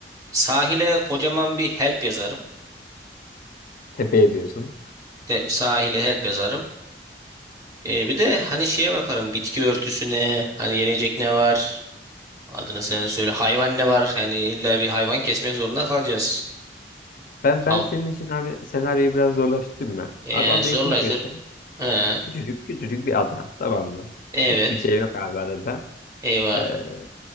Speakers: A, on the right; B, on the left.
A: Sahile kocaman bir help yazarım.
B: Tepe ediyorsun.
A: De, sahile help yazarım. E, bir de hani şeye bakarım bitki örtüsüne hani yenecek ne var. Adını sen söyle hayvan ne var. Yani illa bir hayvan kesmek zorunda kalacağız.
B: Ben ben
A: Al.
B: senin için abi senaryoyu biraz zorlaştırdım mı?
A: Ee,
B: Abi adayı
A: zorlaştır.
B: keşfettin.
A: He,
B: Küçücük küçücük bir ada tamam mı?
A: evet.
B: Hiçbir şey yok abi adada.
A: Eyvah.
B: Ee,